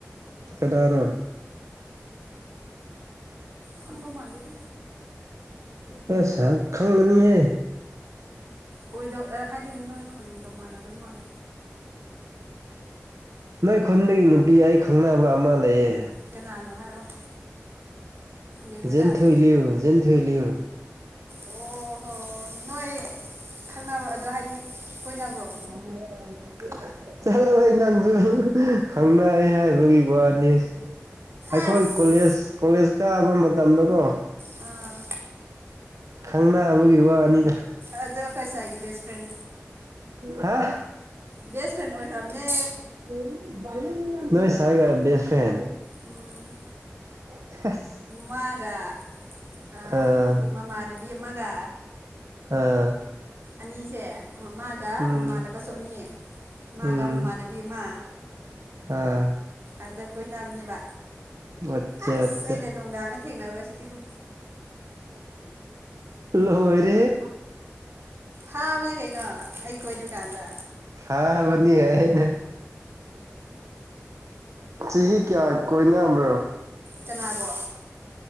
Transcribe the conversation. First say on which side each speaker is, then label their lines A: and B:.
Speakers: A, on the right (about 80°); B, on the right (about 50°).
A: ꯀꯗꯥꯔꯣ
B: ꯈꯪꯗꯧ ꯃꯥꯥꯟꯗꯦꯅ
A: <unintelligible> ꯈꯪꯒꯅꯤꯌꯦ
B: ꯑꯣꯏꯗꯧ <unintelligible> ꯍꯥꯏꯗꯤ ꯅꯣꯏ ꯈꯨꯟꯒ ꯃꯥꯟꯅꯗꯕ ꯃꯥꯜꯂꯦ
A: ꯅꯣꯏ ꯈꯨꯟꯗꯒꯤ ꯅꯨꯄꯤ ꯑꯩ ꯈꯪꯅꯕ ꯑꯃ ꯂꯩꯌꯦ
B: ꯀꯅꯥꯅꯣ ꯍꯥꯏꯔꯛꯑꯣ ꯌꯦꯡꯕ
A: ꯖꯤꯟꯊꯣꯢꯂ꯭ꯌꯨ
B: ꯇꯥꯔꯦ
A: ꯖꯤꯟꯊꯣꯢꯂ꯭ꯌꯨ
B: ꯑꯣ ꯍꯣ ꯅꯣꯏ ꯈꯪꯅꯕ ꯑꯗꯣ ꯍꯥꯏꯗꯤ ꯀꯣꯏꯅꯕ꯭ꯔꯣ
A: <unintelligible> ꯆꯠꯂꯣꯍꯦ ꯅꯪꯁꯨ ꯈꯪꯅꯩ ꯍꯥꯏꯕꯒꯤ ꯋꯥꯅꯤ ꯑꯩꯈꯣꯏ
B: ꯑꯁ
A: ꯀꯣꯂꯦꯖ ꯀꯣꯂꯦꯖ ꯀꯥꯕ ꯃꯇꯝꯗꯀꯣ
B: ꯑꯥ
A: ꯈꯪꯅꯥꯕꯒꯤ ꯋꯥꯅꯤꯗ
B: ꯑꯗꯣ ꯑꯩꯈꯣꯏ ꯁꯥꯏꯒꯤ ꯕꯦꯁ ꯐ꯭ꯔꯦꯟ
A: ꯍꯥ
B: ꯕꯦꯁ ꯐ꯭ꯔꯦꯟ ꯑꯣꯏꯈ꯭ꯔꯝꯅꯦ
A: <unintelligible> ꯅꯣꯏ ꯁꯥꯏꯒ ꯕꯦꯁ ꯐ꯭ꯔꯦꯟ
B: ꯎꯝ
A: <unintelligible>
B: ꯃꯥꯒ ꯑ
A: ꯑꯥ
B: ꯃꯃꯥꯟꯅꯕꯤ ꯑꯃꯒ
A: ꯑꯥ
B: ꯑꯅꯤꯁꯦ ꯃꯥꯒ
A: ꯎꯝ
B: ꯃꯃꯥꯟꯅꯕꯁꯨ ꯑꯅꯤ ꯃꯥꯒ
A: ꯎꯝ
B: ꯃꯃꯥꯟꯅꯕꯤ ꯑꯃ
A: ꯑꯥ
B: ꯑꯗꯥ ꯀꯣꯏꯅꯕꯅꯦꯕ
A: ꯑꯠꯆꯥ
B: ꯑꯁ
A: ꯑꯠꯆꯥ
B: ꯑꯩꯅ ꯅꯨꯡꯗꯥꯡꯗ ꯊꯦꯡꯅꯕꯁꯤꯗꯤꯀꯣ
A: ꯂꯣꯏꯔꯦꯍꯦ
B: ꯐꯥꯕꯅꯦ ꯀꯩꯅꯣ ꯑꯩ ꯀꯣꯏꯗ꯭ꯔꯤꯀꯥꯟꯗ
A: ꯐꯥꯕꯅꯤ ꯍꯥꯢꯅꯦꯍꯦ ꯆꯍꯤ ꯀ꯭ꯌꯥ ꯀꯣꯏꯅꯕ꯭ꯔꯣ
B: ꯀꯅꯥꯕꯣ